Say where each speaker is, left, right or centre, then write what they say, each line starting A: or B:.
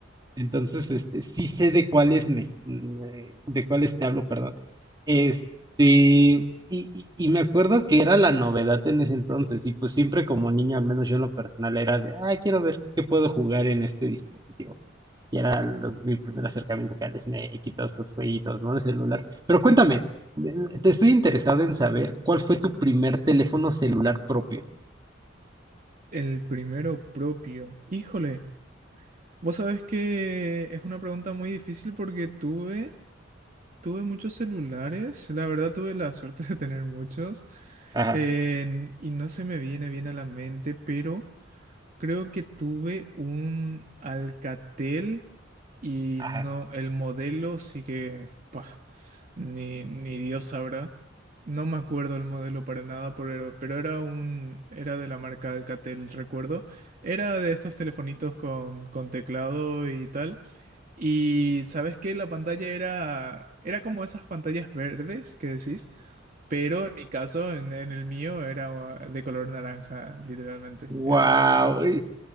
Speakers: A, on the right; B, on the right.
A: Entonces, este, sí sé de cuáles me, me- de cuáles te hablo, perdón. Este, y, y- y me acuerdo que era la novedad en ese entonces, y pues siempre como niño, al menos yo en lo personal, era de, ah, quiero ver qué puedo jugar en este dispositivo. Y era los- mi primer acercamiento acá al Snake y todos esos jueguitos, ¿no? De celular. Pero cuéntame, de- te estoy interesado en saber cuál fue tu primer teléfono celular propio.
B: El primero propio. Híjole, vos sabés que es una pregunta muy difícil porque tuve, tuve muchos celulares, la verdad tuve la suerte <laughs> de tener muchos,
A: Ajá,
B: en- y no se me viene bien a la mente, pero... Creo que tuve un Alcatel y
A: ajá.
B: no, el modelo sí que, pah, ni, ni Dios sabrá. No me acuerdo el modelo para nada, pero, pero era un, era de la marca Alcatel, recuerdo. Era de estos telefonitos con, con teclado y tal. Y sabes que la pantalla era, era como esas pantallas verdes que decís, pero en mi caso, en, en el mío, era ah, de color naranja, literalmente.
A: Wow.